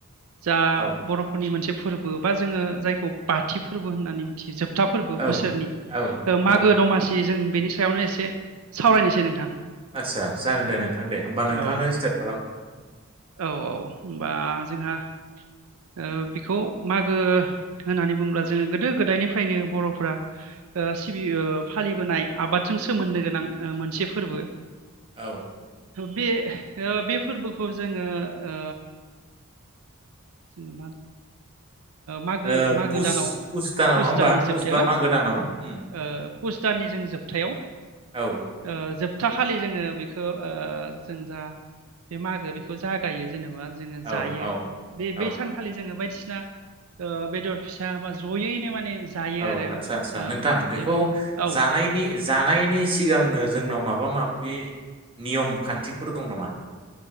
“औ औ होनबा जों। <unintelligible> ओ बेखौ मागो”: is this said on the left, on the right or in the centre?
Right